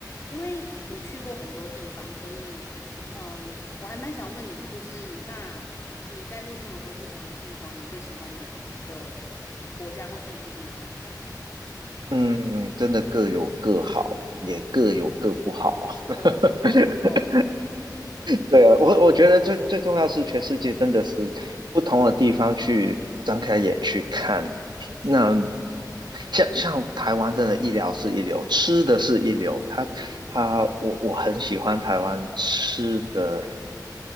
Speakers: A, on the left (about 40°); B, on the right (about 80°).
A: 因为你去过很多地方，所以，嗯，我还蛮想问你，就是那你待过这么多不同的地方，你最喜欢的的国家或地区是哪里呀？
B: 嗯，真的各有各好，也各有各不好。<laughs>
A: 我我懂，我懂，
B: 对啊，我我觉得最最重要是全世界真的是不同的地方去张开眼去看。那
A: 是，
B: 像像台湾真的医疗是一流，吃的是一流，他他我我很喜欢台湾吃的。